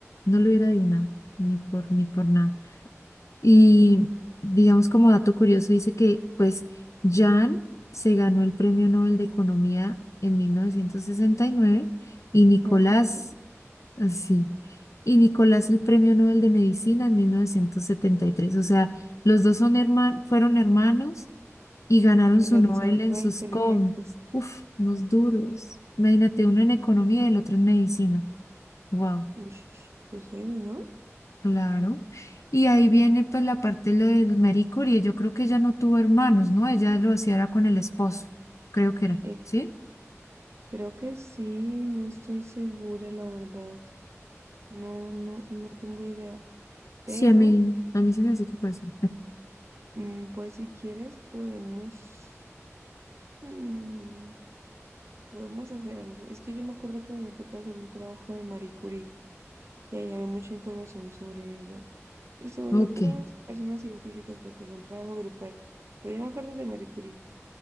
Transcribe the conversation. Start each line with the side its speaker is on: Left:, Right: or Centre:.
Left: No lo hubiera adivinado, ni por, ni por nada. Y digamos como dato curioso, dice que pues Jan se ganó el Premio Nobel de Economía en 1969 y Nicolás
Right: Ajá.
Left: Sí. Y Nicolás el Premio Nobel de Medicina en mil novecientos setenta y tres O sea, los dos son herma- fueron hermanos y ganaron
Right: Y
Left: su
Right: los
Left: Nobel
Right: dos eran
Left: en
Right: re
Left: sus
Right: inteligentes.
Left: combos. Uf, unos duros. Imagínate, uno en economía y el otro en medicina. Wow,
Right: Ush, qué heavy, ¿no?
Left: claro. Y ahí viene pues la parte de lo del Marie Curie. Yo creo que ella no tuvo hermanos, ¿no? Ella lo hacía era con el esposo, creo que era,
Right: Eh,
Left: ¿sí?
Right: creo que sí, no estoy segura, la verdad. No, no, no tengo idea. Pero,
Left: Sí, a mí, a mí se me hace que fue así.
Right: mm, pues si quieres, podemos, mm, podemos hacer algo. Es que yo me acuerdo que me toca hacer un trabajo de Marie Curie y ahí había mucha información sobre ella y sobre
Left: Ok.
Right: otras personas científicas porque fue un trabajo grupal. Pero yo me acuerdo de Marie Curie